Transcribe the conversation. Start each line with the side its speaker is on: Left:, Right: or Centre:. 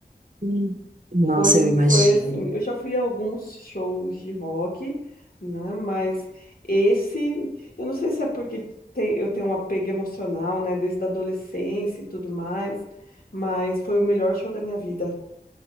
Right: Hum. Nossa,
Left: Foi,
Right: eu imagino.
Left: foi assim, eu já fui a alguns shows de rock, né? Mas esse, eu não sei se é porque te- eu tenho um apego emocional, né? Desde a adolescência e tudo mais, mas foi o melhor show da minha vida.